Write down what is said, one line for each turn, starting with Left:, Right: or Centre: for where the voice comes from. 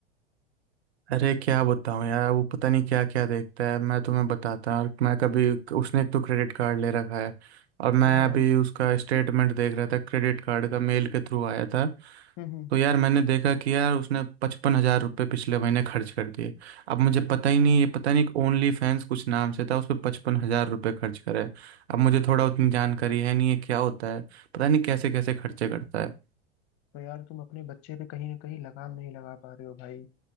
Right: अरे क्या बताऊं यार वो पता नहीं क्या क्या देखता है मैं तुम्हें बताता हूँ मैं कभी उसने एक तो क्रेडिट कार्ड ले रखा है और मैं
Left: हाँ हाँ
Right: अभी उसका स्टेटमेंट देख रहा था क्रेडिट कार्ड का मेल के थ्रू आया था
Left: हम्म हम्म।
Right: तो यार मैंने देखा कि यार उसने पचपन हजार रुपये पिछले महीने खर्च कर दिए अब मुझे पता ही नहीं ये पता नहीं ओनली फैंस कुछ नाम से था उस पर पचपन हजार रुपये खर्च करे अब मुझे थोड़ा उतनी जानकारी है नहीं है क्या होता है पता नहीं कैसे कैसे खर्चे करता है
Left: तो यार तुम अपने बच्चे पे कहीं ना कहीं लगाम नहीं लगा पा रहे हो भाई